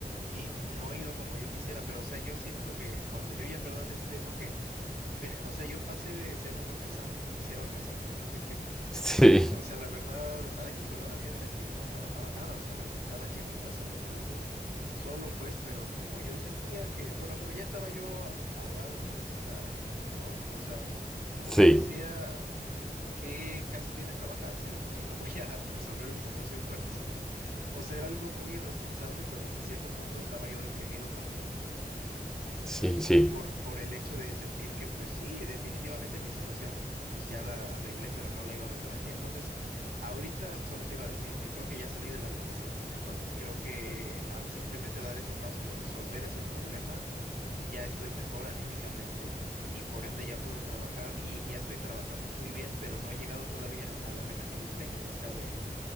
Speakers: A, on the right; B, in the centre.
A: y no he ido como yo quisiera, pero o sea, yo siento que cuando yo ya en verdad esté, porque, mira, o sea, yo pasé de ser un holgazán, porque sí era holgazán, <laughs>
B: Sí,
A: o sea, la verdad, ay, no, en verdad había días que yo no trabajaba nada, o sea, me la pasaba aquí en mi casa donde vivo solo, pues, pero como yo sentía que, bueno, como ya estaba yo ahogado, pues, hasta, ¿no? O sea, como
B: sí,
A: que decía... ¿qué caso tiene trabajar si de por sí no voy a <laughs> resolver mi situación con eso, ¿no? O sea, era algo muy irresponsable, pero hasta cierto punto estaba yo deprimido también
B: sí, sí.
A: por, por el hecho de sentir que, pues sí, definitivamente mi situación, pues ya la arreglé, pero no la iba a arreglar así. Entonces, ahorita solo te iba a decir, yo creo que ya salí de la depresión, entonces creo que al simplemente dar ese paso de resolver ese problema, ya estoy mejor anímicamente. Y por ende ya puedo trabajar y ya estoy trabajando muy bien, pero no he llegado todavía a la meta que yo tengo, o sea, de,